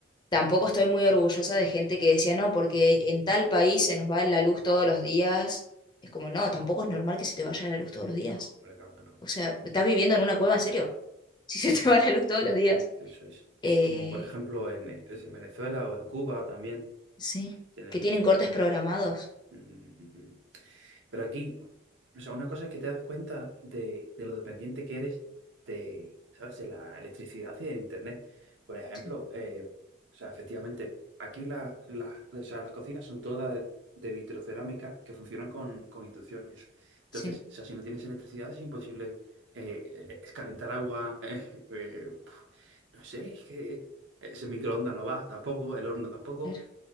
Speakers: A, on the left (about 20°); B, on the right (about 80°).
A: tampoco estoy muy orgullosa de gente que decía, no, porque en tal país se nos va la luz todos los días. Es como, no, tampoco es normal que se te vaya la luz todos los días.
B: No, hombre, claro que no.
A: O sea, estás viviendo en una cueva, en serio, <laughs> si se te va la luz todos los días.
B: Eso es.
A: Eh,
B: Como por ejemplo en, eh, es en Venezuela o en Cuba también
A: sí,
B: tienen
A: que tienen
B: eso.
A: cortes programados.
B: <laughs> Mm, Pero aquí, o sea, una cosa es que te das cuenta de, de lo dependiente que eres de, ¿sabes? de la electricidad y del internet. Por ejemplo,
A: Sí,
B: eh, o sea, efectivamente, aquí la- la- o sea, las cocinas son todas de, de vitrocerámica que funcionan con, con inducción y eso. Entonces,
A: sí.
B: o sea, si no tienes electricidad es imposible eh, es calentar agua. <laughs> eh, eh, no sé, es que ese microondas no va tampoco, el horno tampoco.
A: Claro.